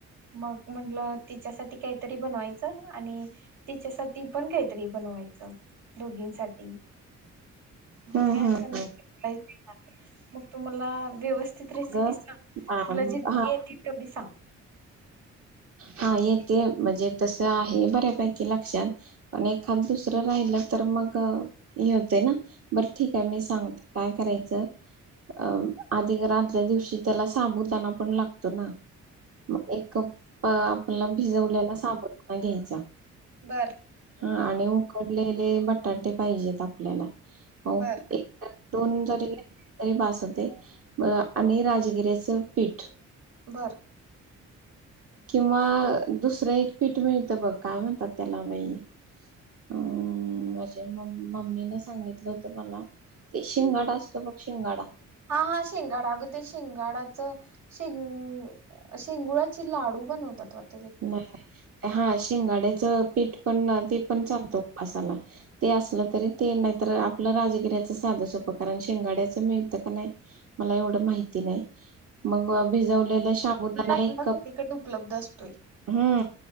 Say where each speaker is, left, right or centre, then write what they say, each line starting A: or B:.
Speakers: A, on the right; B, on the right.
A: मग म्हटलं तिच्यासाठी काहीतरी बनवायचं आणि तिच्यासाठी पण काहीतरी बनवायचं दोघींसाठी मी
B: हम्म
A: असताना
B: हम्म
A: तिनं लई मग तुम्हाला व्यवस्थित रेसिपी
B: अगं
A: सांग
B: आम-
A: तुला जितकी
B: हा
A: येती तेवढी सांग?
B: हा येते म्हणजे तस आहे बऱ्यापैकी लक्षात पण एखादं दुसरं राहिलं तर मग हे होतय ना बरं ठीक आहे मी सांगते काय करायचं अ आधी घर आदल्या दिवशी त्याला साबुदाणा पण लागतो ना मग एक कप अ अ आपल्याला भिजवलेला साबुदाणा घ्याय चा
A: बर
B: हा आणि उकडलेल हे बटाटे पाहिजेत आपल्याला हो
A: बर
B: एक <unintelligible> दोन जरी तरी बास होतयं मग आणि राजगिऱ्याचं पीठ
A: बर
B: किंवा दुसरं एक पीठ मिळत बघ काय म्हणतात त्याला बाई अं माझे मम मम्मीन सांगितलं होत मला ते शिंगाडा असतो बघ शिंगाडा
A: हा हा शिंगाडा अग ते शिंगाडाच शिंग शिंगुळाचे लाडू बनवतात वाट
B: नाय हा शिंगाड्या चं पीठ पण ते पण चालत उपासाला ते असलं तरी ते नाय तर आपलं राजगिऱ्याचं साधं सोपं कारण शिंगाड्याचं मिळतं का नाय मला एवढं माहिती नाय मग भिजवलेलं शाबुदाणा
A: आपला
B: एक
A: सगळीकडे
B: कप
A: उपलब्ध असतोय
B: हूं